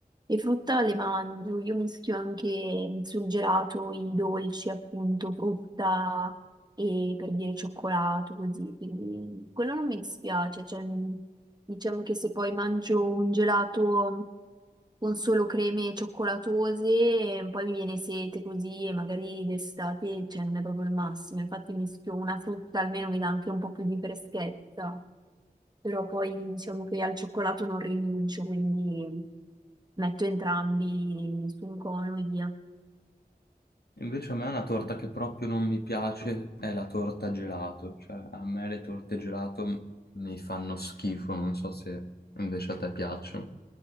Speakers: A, on the right; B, on the left.
A: e frutta le mangio. Io mischio anche sul gelato i dolci, appunto, frutta e per dire cioccolato, così. Quindi quello non mi dispiace. Cioè, mi- diciamo che se poi mangio un gelato con solo creme cioccolatose, e poi mi viene sete così e magari d'estate, cioè, non è proprio il massimo. Infatti mischio una frutta, almeno mi dà anche un po' più di freschezza. Però poi diciamo che al cioccolato non rinuncio, quindi metto entrambi su un cono e via.
B: Invece a me una torta che proprio non mi piace è la torta gelato, cioè a me le torte gelato m- mi fanno schifo, non so se invece a te piacciono.